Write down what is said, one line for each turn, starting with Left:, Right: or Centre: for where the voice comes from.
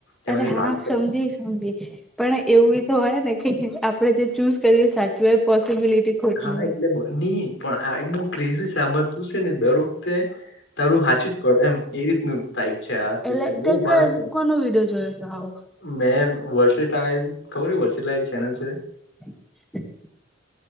Left: તેમાંથી
Centre: અરે હા
Left: લાલ કલર
Centre: સમજી સમજી પણ એવું. તો હોય ને કે આપડે જે ચૂઝ કર એ સાચું એ પોસિબિલિટી. ખોટી
Left: હા
Centre: હોય
Left: એટલે નની. પણ આ એ બહ ક્રેઝી સામજવું છે ને દર વખતે તારું સાાચું જ પડે એમ એ રીતનું. ટઇપ છે આ સિસ્ટમ
Centre: એટલે
Left: બહ
Centre: તે કઈ
Left: ભારે છે.
Centre: કોનો વિડીયો જોયો હતો આવો
Left: મેં વર્ષ ટાયલ ખબર હો વર્ષેટાયલ ચેનલ છે.
Centre: <inaudible>